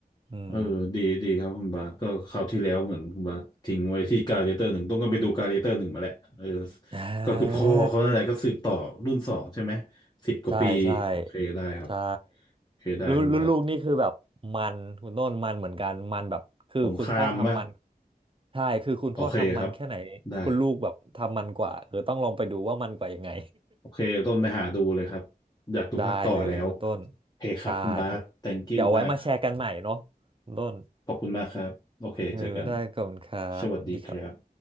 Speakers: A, on the right; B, on the left.
A: อืม
B: เออดีดีครับคุณบาสก็คราวที่แล้วเหมือนคุณบาสทิ้งไว้ที่การ์เรเตอร์หนึ่งต้องก็ไปดูการ์เรเตอร์หนึ่งมาแหละเออ
A: อ่
B: ก็คือพ่อเขาอะไรก็สืบต่อรุ่นสองใช่ไหม
A: า
B: สิบกว่าปีโอเคได้ครับ
A: ใช่ใช่ใช่
B: โอเคได้คุณบาส
A: รุ่นรุ่นลูกนี่คือแบบมันคุณต้นมันเหมือนกันมันแบบคือคุณพ่อทำมัน
B: สงครามป่ะ
A: ใช่คือคุณพ่อทำมันแค่ไหนคุณลูกแบบทำมันกว่าเออต้องลองไปดูว่ามันกว่ายังไง
B: โอเคครับได้โอเคต้นไปหาดูเลยครับ
A: <laughs>
B: อยากดูภาคต่อแล้ว
A: ได้เลยคุณต้น
B: โอเคครับคุณบาส
A: ได้
B: thank you
A: เดี๋ยวไว้มาแชร์กันใหม่เนาะคุณต้น
B: มาก ขอบคุณมากครับโอเคเจอกัน
A: เออได้ขอบคุณครับดีครับ
B: สวัสดีครับ